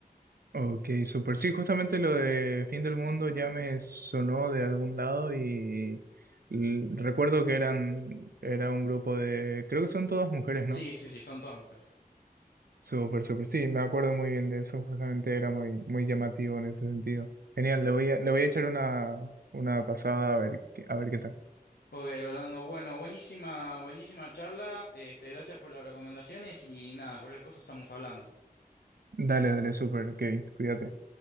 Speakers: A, on the right; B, on the left.
A: Ok, super. Sí, justamente lo de Fin del Mundo ya me sonó de algún lado y l- recuerdo que eran, era un grupo de, creo que son todas mujeres,
B: Sí,
A: ¿no?
B: sí, sí, son todas mujeres.
A: Super, super. Sí, me acuerdo muy bien de eso. Justamente era muy, muy llamativo en ese sentido. Genial, le voy a, le voy a echar una, una pasada a ver, qué- a ver qué tal.
B: Ok, Rolando, bueno, buenísima, buenísima charla. Este, gracias por las recomendaciones y nada, cualquier cosa estamos hablando.
A: Dale, dale, super, Kevin. Cuídate.